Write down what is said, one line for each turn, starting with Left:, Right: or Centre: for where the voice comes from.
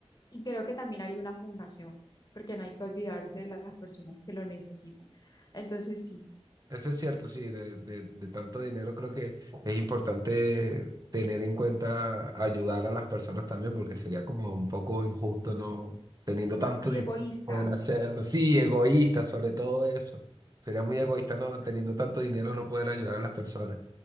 Left: Y creo que también haría una fundación, porque no hay que olvidarse de las personas que lo necesitan. Entonces, sí,
Right: Eso es cierto, sí, de, de- de tanto dinero creo que es importante tener en cuenta ayudar a las personas también, porque sería como un poco injusto no teniendo tanto
Left: y
Right: dinero
Left: egoísta.
Right: poder hacerlo. Sí, egoísta sobre todo eso. Sería muy egoísta no teniendo tanto dinero no poder ayudar a las personas.